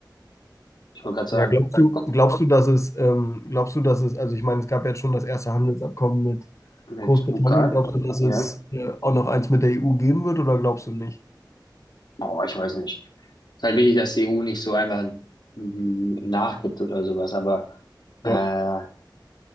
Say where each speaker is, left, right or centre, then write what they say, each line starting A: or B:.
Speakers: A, on the left; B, on the left.
A: Ich wollte gerade sagen,
B: Ja, glaubst du,
A: guck,
B: glaubst du, dass es, ähm, glaubst du, dass es, also ich meine, es gab jetzt schon das erste Handelsabkommen mit
A: mit
B: Großbritannien.
A: UK,
B: Glaubst du, dass
A: ja.
B: es äh, auch noch eins mit der EU geben wird oder glaubst du nicht?
A: Oh, ich weiß nicht. Ist halt wichtig, dass die EU nicht so einfach mm, nachgibt oder sowas, aber äh,
B: Ja.
A: ja,